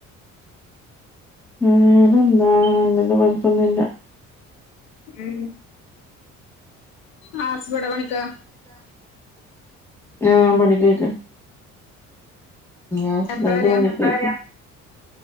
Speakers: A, in the centre; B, on the left.
A: വേറെ എന്താ നല്ലത് കൊഴപ്പൊന്നുല്ല
B: ഉം
A: അ
B: ആ അസ് ലു ഇമ്പടെ പണിക്ക
A: ആഹ പണിക്കൊയ്ക്കാണ് ആ ഹസ്ബൻഡ്
B: എപ്പഴാ വരാ
A: പണിക്ക് പോയി